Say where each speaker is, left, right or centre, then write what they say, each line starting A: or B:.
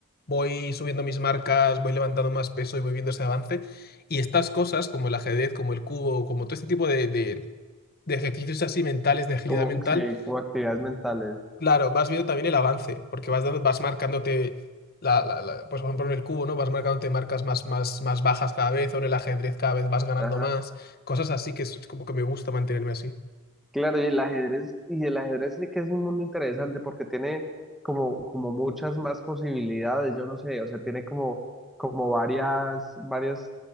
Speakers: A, on the left; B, in the centre.
A: voy subiendo mis marcas, voy levantando más peso y voy viendo ese avance. Y estas cosas como el ajedrez, como el cubo, como todo este tipo de, de- de ejercicios así mentales, de agilidad
B: como,
A: mental,
B: sí, como actividades mentales.
A: claro, vas viendo también el avance, porque vas, dando- vas marcándote... La, la- la- pues por ejemplo en el cubo, ¿no? Vas marcándote marcas más, más, más bajas cada vez, o en el ajedrez cada vez vas ganando
B: Ajá.
A: más, cosas así que es es como que me gusta mantenerme así.
B: Claro, y el ajedrez, y el ajedrez sí que es un mundo interesante porque tiene como, como muchas más posibilidades, yo no sé, o sea, tiene como, como varias, varias